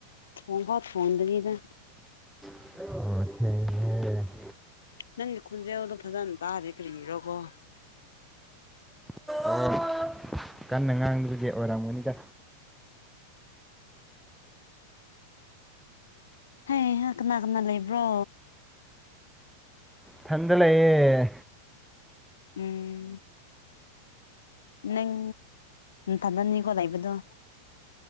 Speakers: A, on the left; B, in the centre.
A: ꯍ ꯍ ꯐꯣꯟꯗꯒꯤꯗ
B: ꯑ
A: ꯅꯪꯒꯤ ꯈꯨꯟꯁꯦ ꯑꯗꯨꯝ ꯐꯖꯅ ꯇꯥꯔꯦ ꯀꯔꯤꯔꯣꯀꯣ
B: ꯑꯣ ꯀꯟꯅ ꯉꯥꯡꯗ꯭ꯗꯤꯦ ꯑꯣꯏꯔꯝꯒꯅꯤꯗ
A: ꯎꯝ ꯍ ꯀꯅꯥ ꯀꯅꯥ ꯂꯩꯕ꯭ꯔꯣ
B: ꯐꯗ ꯂꯩꯑꯦ
A: ꯎꯝ ꯅꯪ ꯊꯥꯗꯅꯤꯀꯣ ꯂꯩꯥꯛꯕꯗꯣ